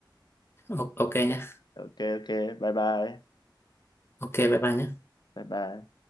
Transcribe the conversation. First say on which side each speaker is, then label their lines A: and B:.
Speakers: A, on the left; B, on the left.
A: O- ok nhé
B: ok ok bye bye
A: ok bye bye nhé
B: bye bye